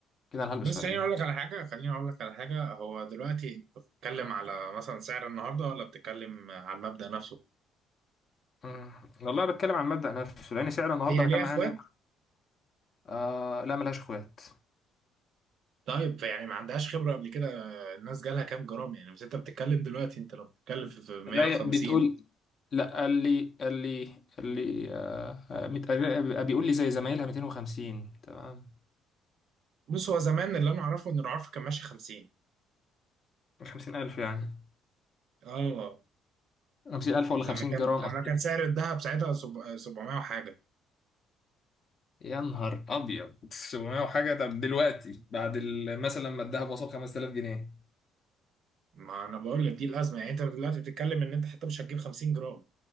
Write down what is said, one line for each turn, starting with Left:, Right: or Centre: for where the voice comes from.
Left: كده انا هلبس
Right: بس
Left: في عيد
Right: خليني اقول لك على حاجة خليني اقول لك على حاجة هو دلوقتي انت بتتكلم على مثلا سعر النهاردة ولا بتتكلم على المبدأ نفسه
Left: مم. والله بتكلم عن مبدأ نفسه لان سعر النهارده
Right: هي
Left: انا
Right: ليها
Left: كان معايا
Right: اخوات
Left: 100 آه لا ملهاش اخوات
Right: طيب يعني ما عندهاش خبرة قبل كده الناس جالها كام جرام يعني بس انت بتتكلم دلوقتي انت لو بتتكلم في في 150
Left: لا ي- بتقول لا قال لي قال لي قال لي آه آه، ميت- آه، بيقول لي زي زمايلها 250 تمام
Right: بص هو زمان اللي انا اعرفه ان العرف كان ماشي 50
Left: 50000 يعني
Right: اه
Left: 50000 ولا 50
Right: لما كان
Left: جرام
Right: لما
Left: اصلا
Right: كان سعر الذهب ساعتها سب- 700 وحاجه
Left: يا نهار ابيض 700 وحاجه طب دلوقتي بعد ال- مثلا لما الدهب وصل 5000 جنيه
Right: ما انا بقول لك دي الازمه يعني انت دلوقتي بتتكلم ان انت حتى مش هتجيب 50 جرام